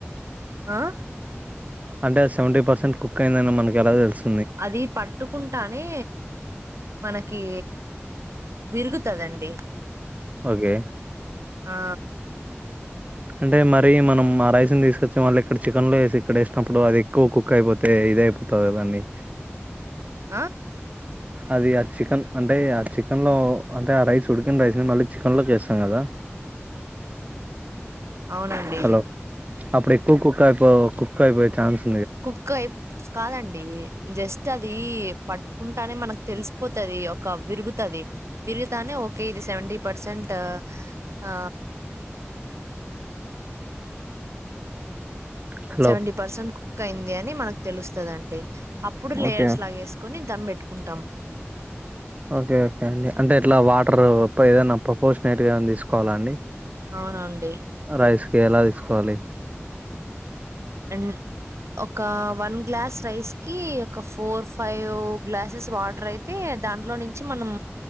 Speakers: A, on the right (about 85°); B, on the right (about 35°).
A: ఆ
B: అంటే అది సెవెంటీ పర్సెంట్ కుక్యిందని మనకు ఎలా తెలుసు
A: అది పట్టుకుంటానే మనకి విరుగుతదండి
B: ఓకే.
A: ఆ
B: అంటే మరి మనం ఆరయిసిని తీసుకొచ్చే వాళ్ళకి ఇక్కడ చికెన్లోసి ఇక్కడ వేసినప్పుడు అది ఖో కుఖ అయిపోతే ఇది అయిపోతద కదా దాన్ని
A: ఆ
B: అది ఆ చికెన్ అంటే ఆ చికెన్ లో అంటే ఆ రైస్ ఉడికిన రైస్ ని మళ్ళీ చికెన్ లోకి వేస్తాం కదా
A: అవునండి
B: హలో! అప్పుడు ఎక్కువ కుక్ కూకాయిపోయి చాన్స్
A: కుక్కు అయి కాదండి జస్ట్ అది పట్టుకుంటానే మనకు తెలిసిపోతది ఒక విరుగుతది విరుగుతానే ఓకే ఇది సెవెంటీ పర్సెంట్ ఆ
B: హలో
A: సెవెంటి పర్సెంట్ క్క అయింది అని మనకు తెలుస్తదండి అప్పుడు లేయర్స్
B: ఓకే
A: లాగ వేసుకొని దమ్మెెట్టు కుంటాం
B: ఓకే ఓకే అండి అంటే ఇట్లా వాటర్ ఏదనా ప్రపోర్షనేట్ గా తీసుకోవాలా అండి
A: అవునండి
B: రైస్ ఎలా తీసుకోవాలి
A: అండ్ ఒక వన్ గ్లాస్ రైస్ కి ఒక ఫోర్ ఫైవ్ గ్లాసెస్ వాటర్ అయితే దాంట్లో నుంచి మనం